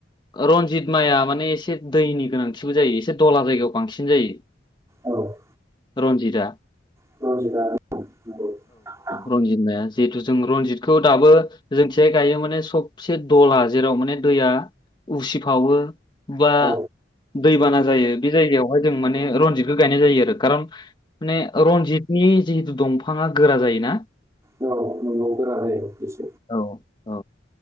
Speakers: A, on the left (about 25°); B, on the right (about 15°).
A: ओ रनजित माइआ माने एसे दैनि गोनांथिबो जायो एसे दला जायगायाव बांसिन जायो।
B: औ औ।
A: रनजिदा
B: <inaudible>
A: रनजित माया जिहेतु जों रनजितखौ दाबो जोंथिजाय गायो माने सबसे दला जेराव माने दैया उसिफावो बा
B: औ
A: दैबाना जायो बे जायगायावहाय जों माने रजितखो गायनाय जायो आरो कारन माने रनजित नि जिहेतु दंफाङा गोरा जायोना।
B: औ नंगौ गोरा जायो‌।
A: औ औ।